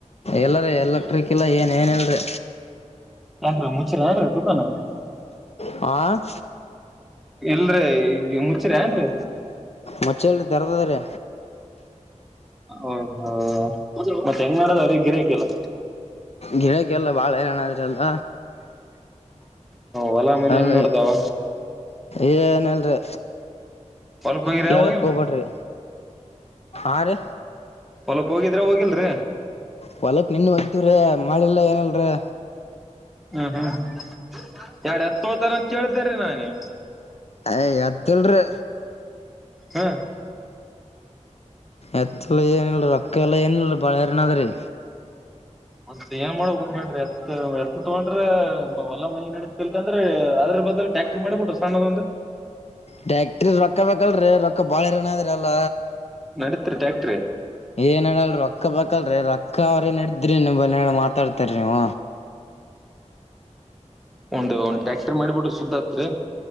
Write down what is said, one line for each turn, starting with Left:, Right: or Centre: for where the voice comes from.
Left: ಎಲ್ಲದೆ ಎಲೆಕ್ಟ್ರಿಕ್ ಇಲ್ಲ ಏನ್ ಏನಿಲ್ರಿ.
Centre: ಆರ ಮುಚ್ರ <unintelligible>
Left: ಆ
Centre: ಇಲ್ರೀ ಹೆಂಗುಸ್ರೇನ್ರೀ.
Left: ಮಚ್ಚಲ್ರಿ ತೆರೆದದ ರೀ
Centre: ಓಹೋ ಮತ್ತ್ ಹೆಂಗ್ ಮಾಡದ್ರೀ ಅವ್ರಿಗೆ ಗಿರಿಯಕಿಲ್ಲ.
Left: ಗಿರಾಕಿಯಲ್ಲ ಬಾಳ ಹೆರಣಾದ್ರಲ್ಲ.
Centre: ಹೊಲ ಮನಿ
Left: ಅಲ್ಲೆ
Centre: ಹೆಂಗ್ ನೋಡ್ದಾವ
Left: ಏನಿಲ್ರಿ.
Centre: ಹೊಲಕ್ ಹೋಗಿರ
Left: ಕೆಳಕ್
Centre: ಹೋಗಿಲ್ರಿ
Left: ಹೋಗ್ಬೇಡ್ರಿ ಆ ರಿ.
Centre: ಹೊಲಕ್ ಹೋಗಿದ್ರ ಹೋಗಿಲ್ರಿ.
Left: ಹೊಲಕ್ ಇನ್ನು ಹೊಯತೀವ್ರ ಮಳಿಲ್ಲ ಏನಿಲ್ರಿ.
Centre: ಹ್ಮ್ ಹ್ಮ್ ಹ್ಮ್ ಯರಡ್ ಯತ್ ತಗೊತಾರೆ ಅಂತ ಕೇಳ್ದ್ರೀ ನಾನು.
Left: ಅಯ ಎತ್ತಲ್ರಿ
Centre: ಹಾ
Left: ಎತ್ತಲ್ಲ ಏನಲ್ರಿ ರೊಕ್ಕ ಎಲ್ಲ ಏನಲ್ ಬಳಹಾರನದ್ರಿ.
Centre: ಒತ್ ಏನ್ ಮಾಡ್ಬೇಕಂತ ಅದಕ್ಕೇ ಎತ್ ಎತ್ ತಗೊಂಡ್ರ ವಲ ಮನಿ ನೆಡಿತಿತೆ ಇಲ್ಲಂದ್ರೆ ಆದದ್ರ <unintelligible> ಬ ಟ್ಯಾಕ್ರ್ ಮಾಡಿ ಕೊಟ್ರ ಸಣ್ಣದೊಂದು.
Left: ಟ್ರ್ಯಕ್ಟ್ರಿ ರೊಕ್ಕ ಬೇಕಲ್ರಿ ರೊಕ್ಕ ಬಾಳ ಇರನದ್ರಿ ಅಲ್ಲ.
Centre: ನಡೀತ್ರಿ ಟ್ಯಾಕ್ಟ್ರಿ
Left: ಏನನಲ್ರಿ ರೊಕ್ಕ ಬೆಕಲ್ರೀ ರೊಕ್ಕ ಅವ್ರೇನ್ ನಡೆದ್ರಿ ರೊಕ್ಕ ಮಾತಾಡ್ತಾರೆ ನೀವ.
Centre: ಒಂದು ಒಂದ್ ಟ್ರ್ಯಾಕ್ಟರ್ ಮಾಡಿಬಿಟ್ರ ಸುದ್ದತ್ರಿ.